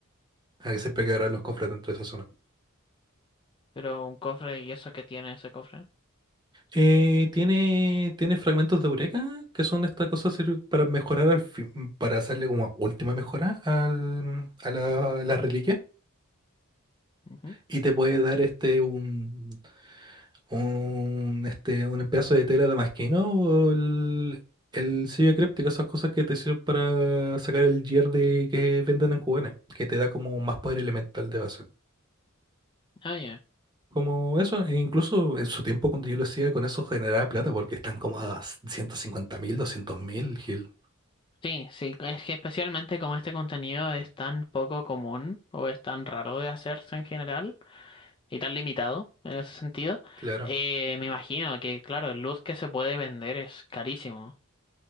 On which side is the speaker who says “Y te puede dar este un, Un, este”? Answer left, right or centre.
Right